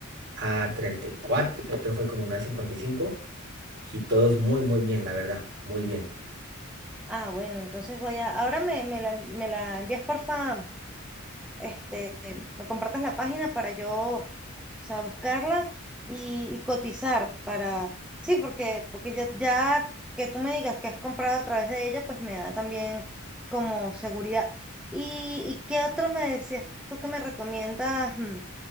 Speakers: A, on the right; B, in the centre.
A: a treinta y cuatro otro fue como un a cincuenta y cinco y todos muy, muy bien, la verdad, muy bien.
B: Ah, bueno, entonces voy a, ahora me, me la, me la envías, porfa, este, me compartas la página para yo o sea, buscarla y, y cotizar para, sí, porque, porque ya, ya que tú me digas que has comprado a través de ella, pues me da también como seguridad. ¿Y, y qué otro me decías tú que me recomiendas mm,